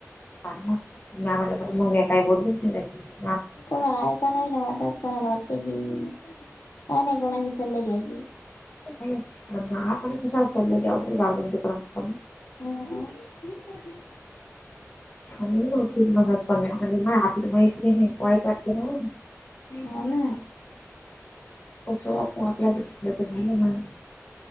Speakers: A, on the left; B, on the left.
A: हा मंग म्या मनलं क मंग म्या काई बोललीच नाई बाई
B: कोणला हाय का नाई निवांत कुणाला वाटतंय की.. काय नाई कुणाचे सल्ले घ्यायचे.
A: आपण कशाला सल्ले द्यावे बई जाऊ दे न तिकडं
B: ह्म्म... ह्म्म्म
A: आम्ही <inaudible> आपली मैत्रीण आहे वाईट वाटतं ना ओ
B: हो.. ना
A: झोप मोडल्यगत <unintelligible>